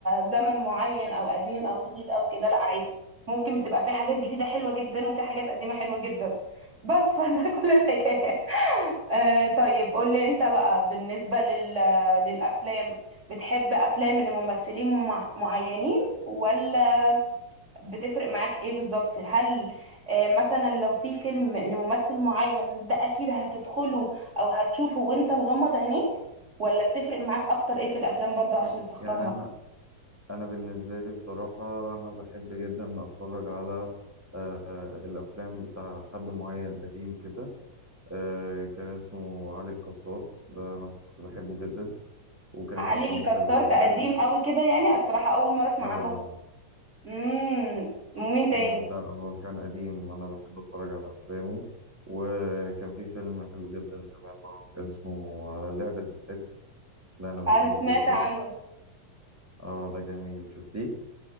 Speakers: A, on the right; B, in the centre.
A: زمن معين او قديم او جديد او كده لا عادي ممكن بتبقى في حاجات جديدة حلوة جدا وفي حاجات قديمة حلوة جدا بس <laughs> فده كل الحكاية آه طيب قول لي انت بقى بالنسبة لل... للأفلام بتحب أفلام لممثلين مع... معينين ولا بتفرق معاك ايه بالظبط هل آه، مثلا لو في فيلم لممثل معين ده اكيد هتدخله او هتشوفه وانت مغمض عينيك ولا بتفرق معاك اكتر ايه في الافلام برضه عشان
B: ي-
A: تختارها
B: يعني انا أنا بالنسبة لي بصراحة أنا بحب جدا أتفرج على آه، الأفلام بتاع حد معين قديم كده آه، كان اسمه علي الكسار ده أنا كنت بحبه جدا وكانت
A: علي
B: أفلامه
A: الكسار
B: حلوة
A: ده
B: جدا
A: قديم قوي كده يعني الصراحة اول مرة اسمع
B: اه
A: عنه امم ومين تاني
B: مم، لا هو كان قديم أنا بحب أتفرج على أفلامه وكان في فيلم حلو جدا زمان برضه كان اسمه آه، لعبة الست ده أنا بحبه
A: انا سمعت
B: جدا
A: عنه
B: اه ده جميل شفتيه